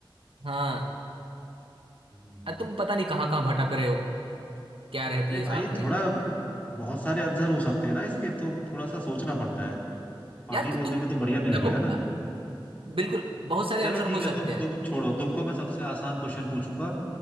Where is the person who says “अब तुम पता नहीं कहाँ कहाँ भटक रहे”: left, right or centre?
Right